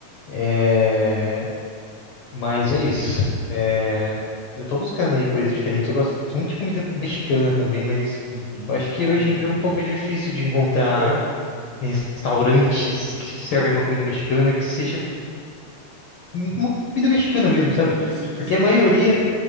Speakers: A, on the left; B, on the right.
A: é, Mas é isso. É, Eu tô buscando aí coisas diferentes. Eu gosto muito de comida mexicana também, mas
B: Uhum.
A: eu acho que
B: Olha.
A: hoje em dia é um pouco difícil de encontrar
B: É,
A: restaurantes que servem uma comida mexicana que seja uma comida mexicana mesmo, sabe?
B: isso, e que
A: Porque
B: seja
A: a maioria,
B: boa.